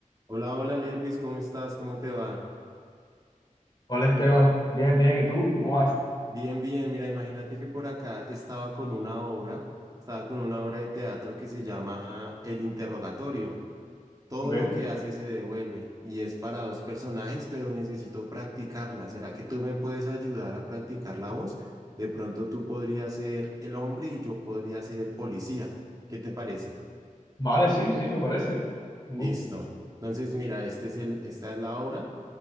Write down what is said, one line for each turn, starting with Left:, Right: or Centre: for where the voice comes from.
Right: Hola, hola Lervis, ¿cómo estás? ¿Cómo te va?
Left: Hola Esteban, bien, bien, ¿y tú? ¿Cómo vas?
Right: Bien, bien. Mira, imagínate que por acá estaba con una obra, estaba con una obra de teatro que se llama El Interrogatorio. Todo
Left: Ok,
Right: lo que hace se devuelve y es para dos personajes, pero necesito practicarla. ¿Será que tú me puedes ayudar a practicar la voz? De pronto tú podrías ser el hombre y yo podría ser el policía. ¿Qué te parece?
Left: vale, sí, sí, me parece, un
Right: Listo.
Left: gusto.
Right: Entonces, mira, este es el, esta es la obra.